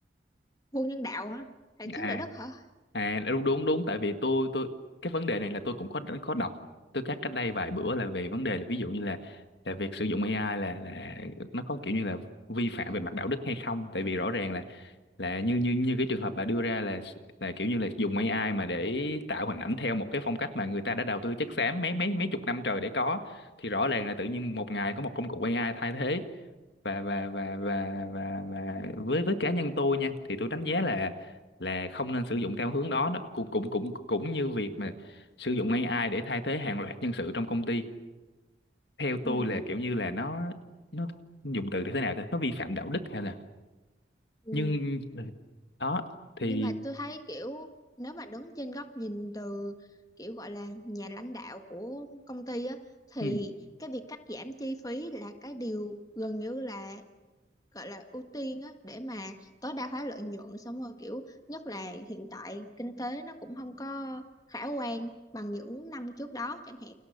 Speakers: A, on the left; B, on the left.
A: vô nhân đạo á lại thiếu
B: à
A: đạo đức hả
B: à đúng đúng đúng tại vì tôi tôi cái vấn đề này là tôi cũng có có đọc tôi cắt cách đây vài bữa là về vấn đề là ví dụ như là là việc sử dụng AI là là nó có kiểu như là vi phạm về mặt đạo đức hay không tại vì rõ ràng là là như như như cái trường hợp bà đưa ra là là kiểu như là dùng AI mà để tạo hình ảnh theo một cái phong cách mà người ta đã đầu tư chất xám mấy mấy mấy chục năm trời để có thì rõ ràng là tự nhiên một ngày có một công cụ AI thay thế và và và và và và với với cá nhân tôi nha thì tôi đánh giá là là không nên sử dụng theo hướng đó đó cũng cũng cũng cũng như việc mà sử dụng AI để thay thế hàng loạt nhân sự trong công ty theo
A: ừ,
B: tôi là kiểu như là nó nó dùng từ thì thế nào ta nó vi phạm đạo đức hay là
A: ừ.
B: nhưng đó thì
A: nhưng mà tôi thấy kiểu nếu mà đứng trên góc nhìn từ kiểu gọi là nhà lãnh đạo của công ty á thì
B: ừ,
A: cái việc cắt giảm chi phí là cái điều gần như là gọi là ưu tiên á để mà tối đa hóa lợi nhuận xong rồi kiểu nhất là hiện tại kinh tế nó cũng không có khả quan bằng những năm trước đó chẳng hạn